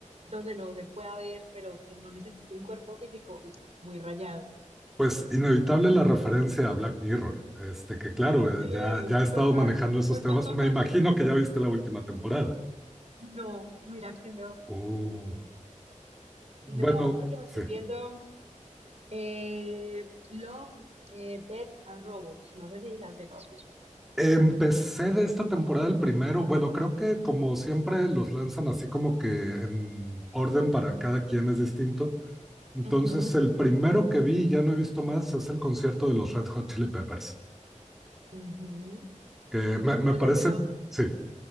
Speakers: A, on the right; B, in the centre.
A: donde no se pueda ver, pero que no necesite un cuerpo físico, uf, muy rayado.
B: Pues inevitable la referencia a Black Mirror, este, que claro,
A: Sí,
B: eh, ya, ya he estado
A: total.
B: manejando esos
A: <laughs>
B: temas, me imagino que ya viste la última temporada.
A: No, mira que no.
B: Uh, bueno,
A: No, porque me estoy
B: sí.
A: viendo eh, Love, eh, Death and Robots. No sé si las has llegado a escuchar.
B: Empecé de esta temporada el primero. Bueno, creo que como siempre los lanzan así como que en orden para cada quien es distinto. Entonces,
A: Ujú,
B: el primero que vi y ya no he visto más es el concierto de los Red Hot Chili Peppers,
A: ujú.
B: que me, me
A: Oye,
B: parece,
A: pero
B: sí,